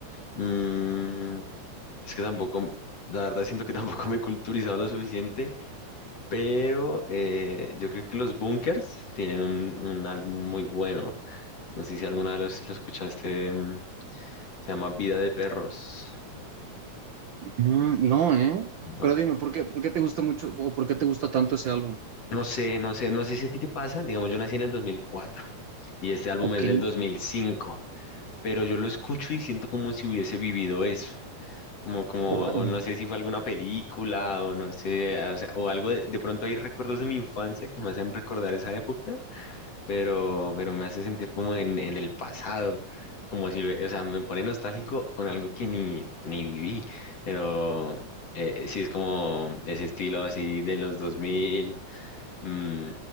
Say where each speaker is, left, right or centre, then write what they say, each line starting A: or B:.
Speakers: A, on the left; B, on the right.
A: mm, es que tampoco, la verdad siento que <laughs> tampoco me he culturizado lo suficiente, pero eh, yo creo que los Bunkers tienen un, un álbum muy bueno. No sé si alguna vez lo escuchaste, mm, se llama Vida de Perros.
B: Mm, no, ¿eh?
A: No,
B: Pero dime, ¿por qué, por qué te gusta mucho o por qué te gusta tanto ese álbum?
A: no sé, no sé, no sé si a ti te pasa. Digamos, yo nací en el 2004 y este álbum
B: Ok,
A: es del dos mil cinco pero yo lo escucho y siento como si hubiese vivido eso. Como, como,
B: órale.
A: o no sé si fue alguna película o no sé, o sea, o algo de, de pronto hay recuerdos de mi infancia que me hacen recordar esa época pero, pero me hace sentir como en, en el pasado, como si, lo- o sea, me pone nostálgico con algo que ni, ni viví, pero eh, sí es como ese estilo así de los 2000, mm,